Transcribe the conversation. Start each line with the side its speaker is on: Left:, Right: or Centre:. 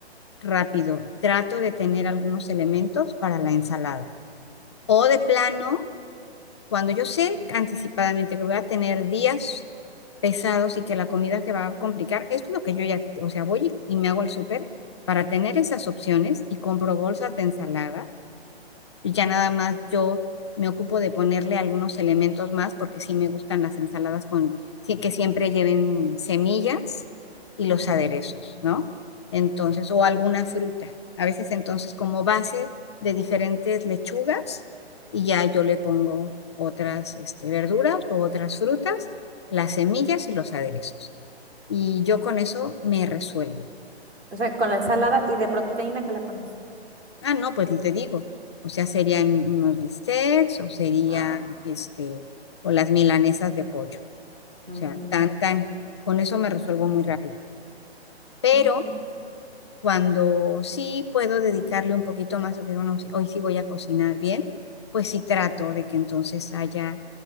Left: rápido, trato de tener algunos elementos para la ensalada. O de plano, cuando yo sé anticipadamente que voy a tener días pesados y que la comida se va a complicar, esto es lo que yo ya, o sea, voy y me hago el súper para tener esas opciones y compro bolsas de ensalada y ya nada más yo me ocupo de ponerle algunos elementos más porque sí me gustan las ensaladas con, sí que siempre lleven semillas y los
Right: Ujú.
Left: aderezos, ¿no? Entonces, o alguna fruta. A veces entonces como base de diferentes lechugas y ya yo le pongo otras este, verduras o otras frutas, las semillas y los aderezos. Y yo con eso me resuelvo.
Right: O sea, con la ensalada y de proteína que le pones.
Left: Ah, no, pues te digo. O sea, serían unos bistecs o sería
Right: Ah,
Left: este, o las milanesas de pollo.
Right: ujú,
Left: O sea, tan, tan. Con eso me resuelvo muy rápido. Pero
Right: ok.
Left: cuando sí puedo dedicarle un poquito más a que bueno, sí- hoy sí voy a cocinar bien, pues sí trato de que entonces haya.